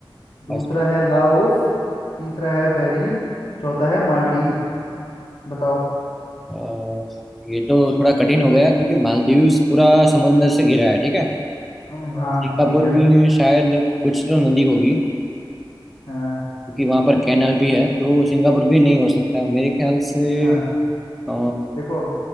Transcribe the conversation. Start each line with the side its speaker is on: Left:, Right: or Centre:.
Left: दूसरा
Centre: अच्छा
Left: है लाओस तीसरा है बहरीन चौथा है मालदीव बताओ
Centre: अ, ये तो थोड़ा कठिन हो गया क्योंकि मालदीव्स पूरा समुंदर से घिरा है ठीक है
Left: हम हाँ
Centre: सिंगापुर
Left: ठीक है
Centre: में शायद कुछ तो नदी होगी
Left: हाँ
Centre: क्योंकि वहां पर कैनाल भी है तो सिंगापुर भी नहीं हो सकता मेरे ख्याल से
Left: हाँ
Centre: अ,
Left: देखो